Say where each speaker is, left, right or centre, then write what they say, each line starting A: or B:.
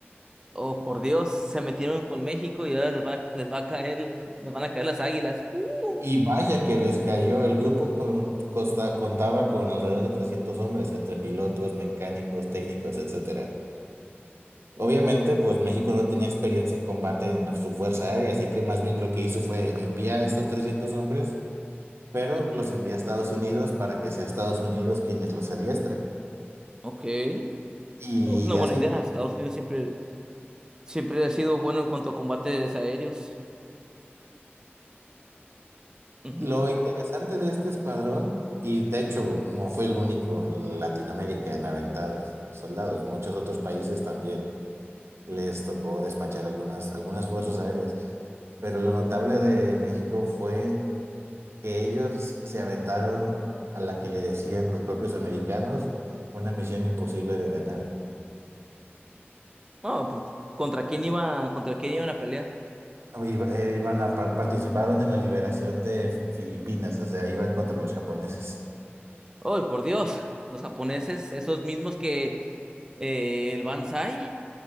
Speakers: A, on the right; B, on the right.
A: Oh, por Dios, se metieron con México y ahora les va, les va a caer, les van a caer las águilas. Uh.
B: Y vaya que les cayó. El grupo con- costa- contaba con alrededor de 300 hombres, entre pilotos, mecánicos, técnicos, etcétera. Obviamente, pues México no tenía experiencia en combate en su fuerza aérea, así que más bien lo que hizo fue enviar a estos 300 hombres, pero
A: Ujú.
B: los envía a Estados Unidos para que sea Estados Unidos quienes los adiestre.
A: Ok. Es
B: Y
A: una buena
B: así
A: idea.
B: fue.
A: Estados Unidos siempre Siempre ha sido bueno en cuanto a combates aéreos. Ujú.
B: Lo interesante de este escuadrón, y de hecho no fue el único en Latinoamérica en aventar soldados, muchos otros países también les tocó despachar algunas, algunas fuerzas aéreas. Pero lo notable de México fue que ellos se aventaron a la que le decían los propios americanos una misión imposible de ganar.
A: No, pues, ¿contra quién iba, contra quién iban a pelear?
B: Iba- eh, Iban a par- participaron en la liberación de Filipinas, o sea, iban contra los japoneses.
A: ¡Oh, por Dios! Los japoneses, esos mismos que eh, el Banzai.